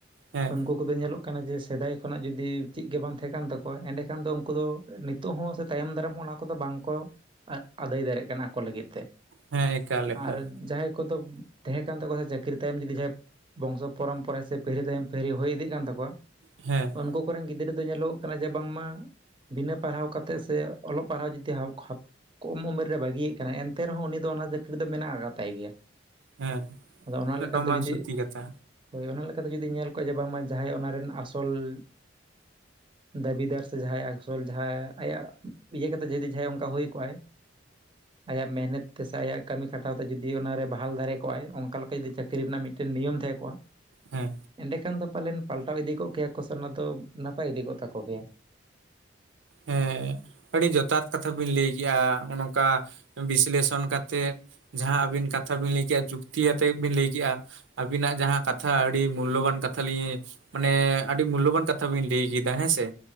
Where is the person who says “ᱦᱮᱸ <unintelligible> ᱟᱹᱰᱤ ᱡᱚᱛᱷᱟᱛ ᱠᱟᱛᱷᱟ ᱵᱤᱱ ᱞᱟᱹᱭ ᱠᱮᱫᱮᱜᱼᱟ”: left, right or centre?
Right